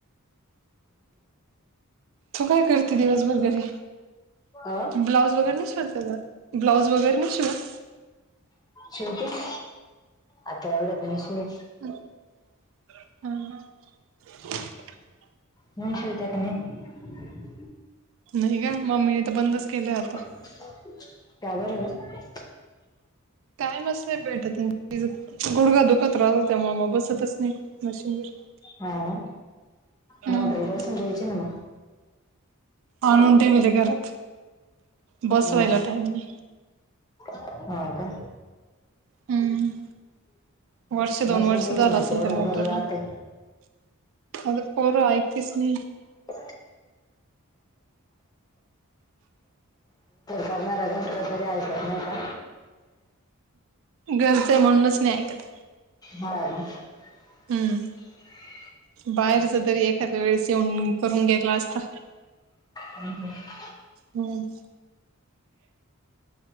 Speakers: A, on the right; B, on the left.
A: तू काय करती दिवसभर घरी?
B: आं
A: ब्लाऊज वगैरे नाही शिवता का, ब्लाऊज वगैरे नाही शिवत?
B: शिवते ना, आता एवढ्यात नाही शिव
A: <unintelligible>
B: तुम्ही शिवत्या काय नाही?
A: नाही ग, मम्मीने तर बंदच केलय आता.
B: <inaudible> का बरं ग?
A: टाईम आस भेटत नाही, गुडगा दुखत राहतो त्यामूळ म बसतच नाही, मशीनवर.
B: हा ना.
A: हम्म.
B: मोटर बसवून घ्यायची ना म.
A: आणून ठेवीले घरात, बसवायला
B: मग
A: टाईम नाही.
B: हो का?
A: हम्म, वर्ष
B: बसून
A: दोन वर्ष
B: घ्यायची
A: झालं
B: ना
A: असेल
B: तेवढंच
A: त्या मोटरला.
B: बरं राहते
A: आगं पोरं ऐकतिस नाही.
B: <inaudible> <unintelligible> करणारा झालता तरी ऐकत नाही का?
A: घरचंय म्हणूनच नाही ऐकत.
B: हा ना. <inaudible>
A: हम्म. बाहेरच तरी एखाद्या वेळेस येऊन, करून गेला आसता.
B: हम्म हम्म.
A: हम्म.